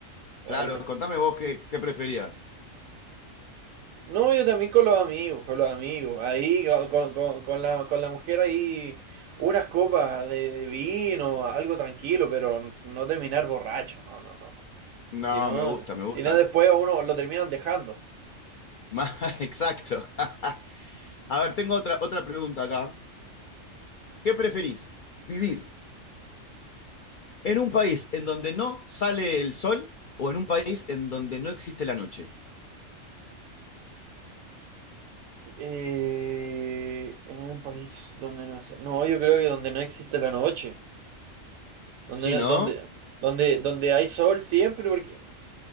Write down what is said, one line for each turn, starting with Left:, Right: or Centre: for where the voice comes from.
Right: realmente.
Left: claro, contame vos qué, qué preferías.
Right: No, yo también con los amigos, con los amigos. Ahí, co- con, con- con la, con la mujer ahí, unas copas de, de vino, algo tranquilo, pero no terminar borracho, no, no, no, no.
Left: No,
Right: Si no,
Left: me gusta, me gusta.
Right: si no después a uno lo terminan dejando.
Left: Ma- <laughs> Exacto. <laughs> A ver, tengo otra, otra pregunta acá. ¿Qué preferís? ¿Vivir en un país en donde no sale el sol o en un país en donde no existe la noche?
Right: Eh, en un país donde no sé. No, yo creo que donde no existe la noche. Donde,
Left: Sí,
Right: no-
Left: ¿no?
Right: donde, donde, donde hay sol siempre, porque.